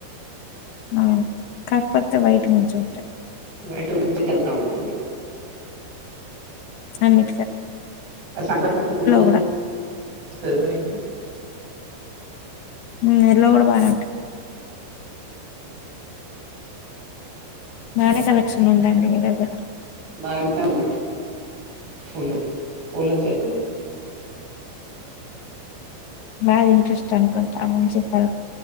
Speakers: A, on the left; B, on the right.
A: అవును కాకపోతే వైట్ మంచూ
B: వైట్ మంచిగ్ గనబడతది
A: అండి
B: ఆ సంక్రాంతికి ఫు నూల్
A: కూడా
B: వస్తది వైట్
A: హ్మ్ ఎల్లో గూడ బానే ఉంటాయ్ బానే కలెక్షన్ ఉందండి మీ దగ్గర
B: బాగానే ఉంది ఫుల్ పూలే చె
A: బా ఇంట్రెస్ట్ అనుకుంటా అందకని చెప్పారు.